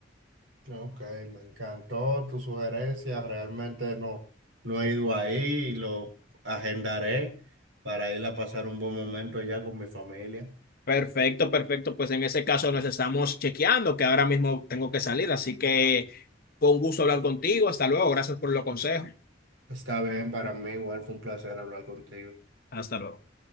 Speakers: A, on the right; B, on the left.
A: Ok, me encantó tu sugerencia. Realmente no. No he ido ahí y lo agendaré para ir a pasar un buen momento allá con mi familia.
B: Perfecto, perfecto, pues en ese caso nos estamos chequeando, que ahora mismo tengo que salir, así que fue un gusto hablar contigo, hasta luego, gracias por los consejos,
A: Está bien, para mí igual fue un placer hablar contigo.
B: hasta luego.